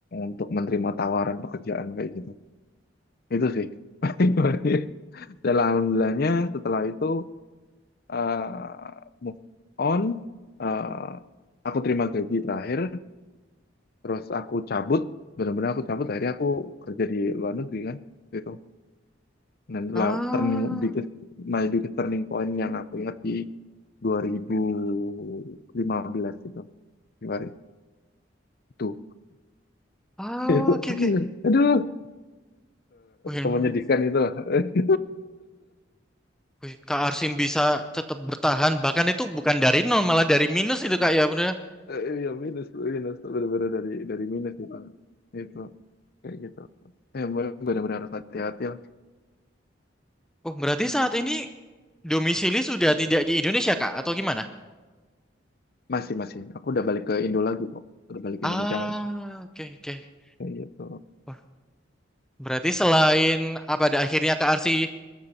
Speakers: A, on the left; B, in the centre.
A: untuk menerima tawaran pekerjaan kayak gitu. Itu sih. <laughs> Dan alhamdulillahnya setelah itu eh, move on, eh, aku terima gaji terakhir, terus aku cabut, benar-benar aku cabut, akhirnya aku kerja di luar negeri kan, waktu itu. Dan itulah
B: Ah.
A: turning biggest, my biggest turning point yang aku ingat di 2015 itu, Februari itu.
B: Ah,
A: <laughs> Itu,
B: oke, oke.
A: aduh,
B: Wih,
A: menyedihkan itu lah. <laughs>
B: wih, Kak Arsi bisa tetap bertahan, bahkan itu bukan dari nol, malah dari minus itu, Kak, ya. Bener.
A: Eh, Iya minus minus benar-benar dari dari minus itu itu kayak gitu ya benar-benar harus hati-hati lah
B: Oh, berarti saat ini Domisili sudah tidak di Indonesia, Kak, atau gimana?
A: Masih, masih. Aku udah balik ke Indo lagi kok. Udah balik
B: Ah,
A: ke Indonesia lagi.
B: oke, oke.
A: Kayak gitu.
B: Wah, berarti selain ah, pada akhirnya Kak Arsi